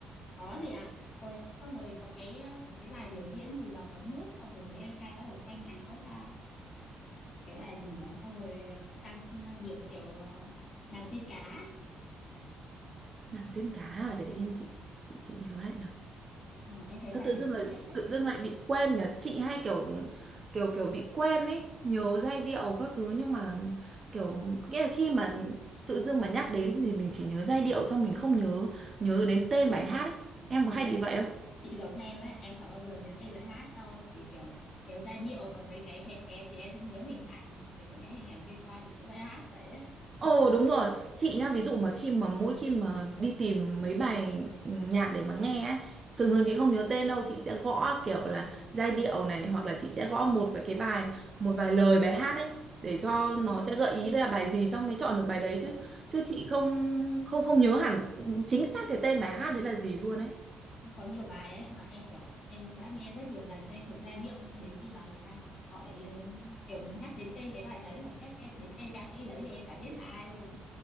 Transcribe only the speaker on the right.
nàng tiên cá à để yên chị chị chị nhớ lại nào
sao
tự
dưng
lại
tự dưng lại bị quên nhỉ chị hay kiểu kiểu kiểu bị quên ấy nhớ giai điệu các thứ nhưng mà kiểu nghĩa là khi mà tự dưng mà nhắc đến thì mình chỉ nhớ giai điệu xong mình không nhớ nhớ đến tên bài hát ấy em có
hay
bị vậy không
Ồ đúng rồi, chị nhá, ví dụ mà khi mà mỗi khi mà đi tìm mấy bài nhạc để mà nghe á, thường thường chị không nhớ tên đâu, chị sẽ gõ kiểu là giai điệu này hoặc là chị sẽ gõ một vài cái vài một vài lời bài hát ấy để cho nó
sẽ gợi ý là bài gì xong mới chọn được bài đấy
chứ. Chứ chị không không không nhớ hẳn chính xác cái tên bài hát đấy là gì luôn ấy.